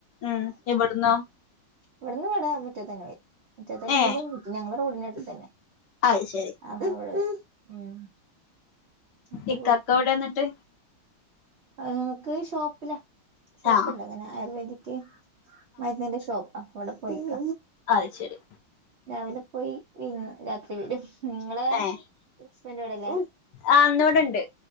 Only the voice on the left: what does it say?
ഉം ഇവട്ന്നോ
ഏ
അത് ശെരി
ഇക്കാക്ക എവിടെ ഇന്നട്ട്
ആഹ്
അത്ശരി
ഏഹ്
ആ ഇന്നിവിടെണ്ട്